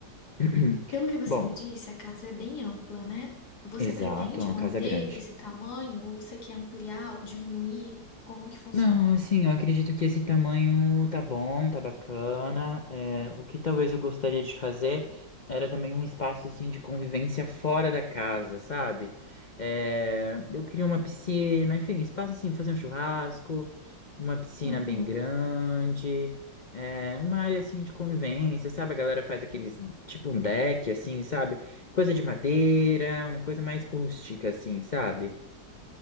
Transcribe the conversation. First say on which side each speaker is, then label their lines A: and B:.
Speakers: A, on the left (about 80°); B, on the left (about 65°).
A: <clears throat>
B: pelo que você
A: Bom,
B: me disse, a casa é bem ampla, né? Você
A: exato,
B: pretende
A: é uma
B: manter
A: casa grande.
B: esse tamanho ou você quer ampliar ou diminuir? Como que funciona?
A: Não, assim, eu acredito que esse tamanho tá bom, tá bacana. É, o que talvez eu gostaria de fazer era também um espaço assim de convivência fora da casa, sabe? É, eu queria uma piscina, enfim, espaço assim, fazer um churrasco, uma piscina
B: Uhum.
A: bem grande, é, uma área assim de convivência, sabe? A galera faz aqueles tipo um deck, assim, sabe? Coisa de madeira, uma coisa mais rústica, assim, sabe?